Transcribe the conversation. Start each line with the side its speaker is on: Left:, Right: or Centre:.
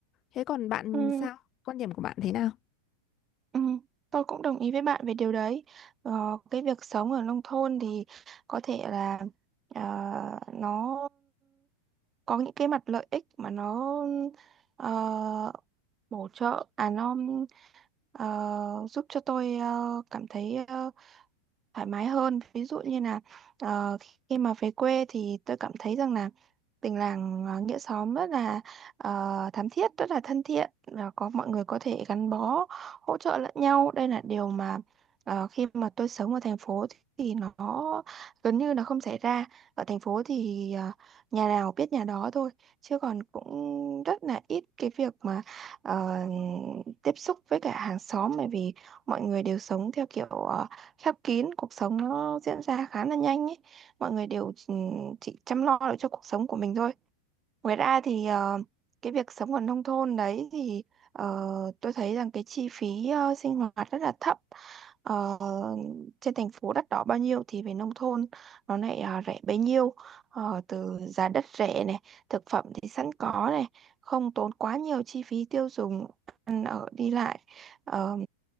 Left: Thế còn bạn
Right: Ừ.
Left: sao? Quan điểm của bạn thế nào?
Right: Ừ, tôi cũng đồng ý với bạn về điều đấy. Ờ, cái việc sống ở nông thôn thì có thể là ờ, nó có những cái mặt lợi ích mà nó ờ, bổ trợ à nó ờ, giúp cho tôi ờ, cảm thấy ờ, thoải mái hơn ví dụ như là ờ, khi mà về quê thì tôi cảm thấy rằng là tình làng ờ, nghĩa xóm rất là ờ, thắm thiết rất là thân thiện và có mọi người có thể gắn bó hỗ trợ lẫn nhau đây là điều mà ờ, khi mà tôi sống ở thành phố thì thì nó gần như là không xảy ra ở thành phố thì ờ, nhà nào biết nhà đó thôi chứ còn cũng rất là ít cái việc mà ờ, tiếp xúc với cả hàng xóm bởi vì mọi người đều sống theo kiểu ờ, khép kín cuộc sống nó diễn ra khá là nhanh ấy mọi người đều chỉ, chỉ chăm lo được cho cuộc sống của mình thôi Ngoài ra thì ờ, cái việc sống ở nông thôn đấy thì ờ, tôi thấy rằng cái chi phí ờ, sinh hoạt rất là thấp. Ờ, trên thành phố đắt đỏ bao nhiêu thì về nông thôn nó lại ờ, rẻ bấy nhiêu. Ờ, từ giá đất rẻ này, thực phẩm thì sẵn có này, không tốn quá nhiều chi phí tiêu dùng, ăn ở đi lại. Ờ,